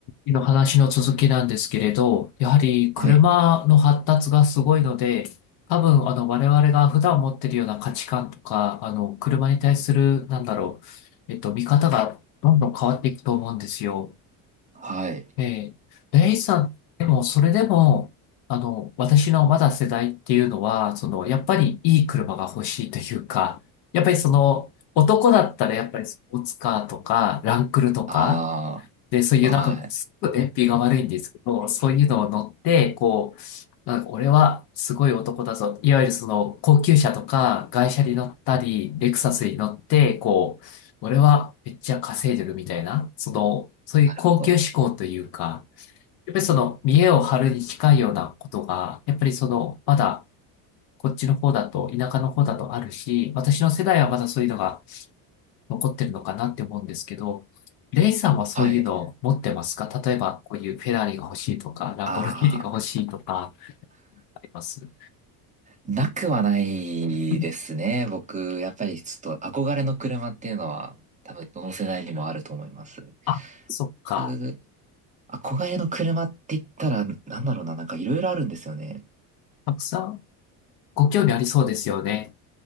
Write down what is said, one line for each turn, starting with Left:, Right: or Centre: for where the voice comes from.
Left: の話の続きなんですけれど、やはり車の発達がすごいので、
Right: はい。
Left: 多分あの我々が普段持ってるような価値観とか、あの車に対する、なんだろう、えっと、見方がどんどん変わっていくと思うんですよ。
Right: はい。
Left: えー、レイさん、でもそれでも、あの、私のまだ世代っていうのは、その、やっぱりいい車が欲しいというか、やっぱりその、男だったらやっぱりスポーツカーとか、ランクルとか、
Right: あ
Left: で、そういうなんか、
Right: あ、はい。
Left: すごく燃費が悪いんですけど、
Right: な
Left: そういうのを乗って、こう、なんか俺はすごい男だぞ。いわゆるその高級車とか外車に乗ったり、レクサスに乗って、こう、俺はめっちゃ稼いでるみたいな、その、そういう高級志向というか、
Right: るほど。
Left: やっぱりその見栄を張るに近いようなことが、やっぱりその、まだこっちの方だと、田舎の方だとあるし、私の世代はまだそういうのが残ってるのかなって思うんですけど、レイさんはそういうのを持ってますか例えば、
Right: はい。
Left: こういうフェラーリが欲しいとか、ランボルギーニが欲しいとか、
Right: ああ、
Left: あります
Right: なくはないですね。
Left: うん
Right: 僕、やっぱりちょっと憧れの車っていうのは、多分どの世代にもあると思います。
Left: あ、そっか。
Right: 僕、憧れの車って言ったら、なんだろうな、なんかいろいろあるんですよね。
Left: たくさんご興味ありそうですよね。